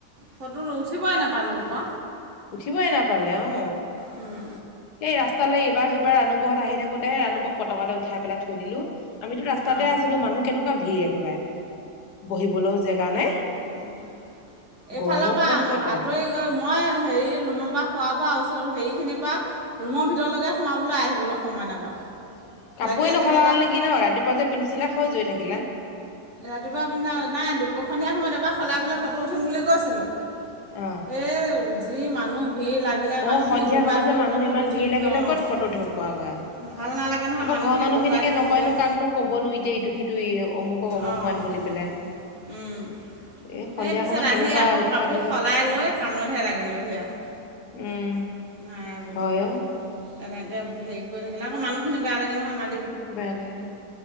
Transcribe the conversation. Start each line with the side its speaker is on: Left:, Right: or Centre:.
Right: ফটো উঠিবই নাপালোঁ আকৌ
Left: উঠিবই নাপালে অ'।
Right: উম।
Left: এই ৰাস্তালৈ এইবাৰ সেইাৰ ৰাণু ঘৰত আহি থাকোতে হে ৰাণুবক পতকতে উঠাই পেলাই থৈ দিলো। আমিতো ৰাস্তাতে
Right: অঁ
Left: আছিলো মানুহ কেনেকুৱা ভিৰ একেবাৰে, বহিবলৈও জেগা নাই।
Right: উম, এইফালৰ
Left: গৰমৰ কোবত ক'ত
Right: আঁতৰি
Left: আৰু
Right: গ'ল। মই হেৰি ৰুমৰ পৰা খোৱা বোৱা ওচৰত হেৰিখিনিৰ পা ৰুমৰ ভিতৰলৈকে সোমাবলৈ আহিবলৈ সময় নাপাওঁ।
Left: কাপোৱৰে
Right: লাগিয়ে
Left: নখলা
Right: থাকে তাত
Left: নেকি ন ৰাপুৱ যে পিন্ধিছিলে খজুৰে থাকিলে।
Right: ৰাতিপুৱা পিন্ধা নাই দুপৰীয়া সময়ত এবাৰ সলাই পেলাই ফটো উঠিম বুলি কৈছিলোঁ।।
Left: অ'।
Right: এই যি মানুহ ভিৰ লাগি থাকিলে
Left: অ
Right: মানুহখিনি
Left: সন্ধিয়া
Right: বহুৱাই
Left: সময়ত
Right: থৈ
Left: যে মানুহ
Right: বুলি ফটো
Left: ইমান
Right: উঠিবলৈ
Left: ভিৰ লাগিলে
Right: অ',
Left: ক'ত ফটো উঠিব পোৱাগৈ
Right: ভাল নালাগে। নহয়
Left: আকৌ
Right: মানুহখিনিক
Left: ঘৰৰ মানুহখিনিকে
Right: বহুৱাই থৈ
Left: নকয়নো
Right: পেলাই
Left: কাকনো ক'বনো এতিয়া এইটো সিটো অমুকক অমুক
Right: অঁ
Left: মাত বুলি পেলাই।
Right: উম।
Left: এ সন্ধিয়া
Right: সেই পিছত
Left: সময়ত কেনেকুৱা
Right: আহি আকৌ
Left: উৎপাত
Right: কাপোৰ
Left: হৈ
Right: সলাই
Left: গৈছে
Right: লৈ কামতহে লাগিলোঁহি আৰু।
Left: উম।
Right: নাই বোলো,
Left: হয় অ
Right: এনেকে হেৰি কৰি থাকিলে আকৌ মানুহখিনি বেয়া লাগে নহয় মা
Left: বেয়া লাগে,